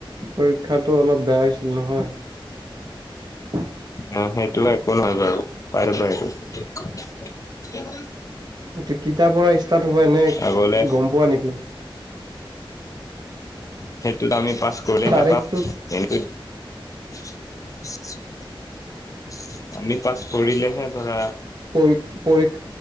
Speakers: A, on the right; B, on the left.
A: পৰী ক্ষাটো অলপ বেয়া হৈছিল নহয়
B: অ সেইটো একো নহয় বাৰু পাৰিবা এইটো
A: এইটো কেতিয়াৰ পৰা ষ্টাৰ্ট হ'ব এনে
B: আগলে
A: গম পোৱা নেকি?
B: সেইটোত আমি পাছ কৰিলেহে
A: তাৰিখটো
B: পাম <unintelligible> আমি পাছ কৰিলেহে ধৰা
A: <unintelligible>